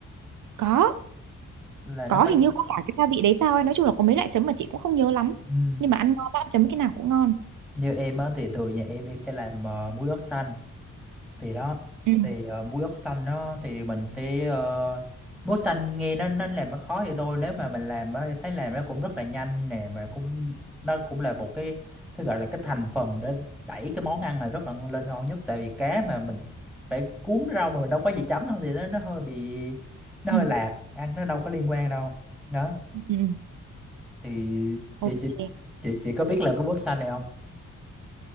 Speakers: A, on the right (about 80°); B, in the centre.
A: có
B: Là
A: có
B: nó có
A: hình như có cả cái gia vị đấy sao ấy nói chung là có mấy loại chấm mà chị cũng không nhớ lắm
B: ừ,
A: nhưng mà ăn ngon lắm chấm cái nào cũng ngon
B: như em á thì thường nhà em em sẽ làm ờ, muối ớt xanh thì đó
A: ừ
B: thì ờ, muối ớt xanh nó thì mình sẽ ờ, muối xanh nghe nó nó làm nó khó thì thôi nếu mà mình làm á em thấy làm nó cũng rất là nhanh nè và cũng nó cũng là một cái cái gọi là cái thành phần để đẩy cái món ăn này rất là lên ngon nhất tại vì cá mà mình phải cuốn rau mà mình đâu có gì chấm đâu thì nó nó hơi bị nó
A: ừ
B: hơi lạc ăn nó đâu có liên quan đâu đó
A: ừ ừ.
B: thì
A: ok
B: chị chị chị chị có biết làm cái muối ớt xanh này không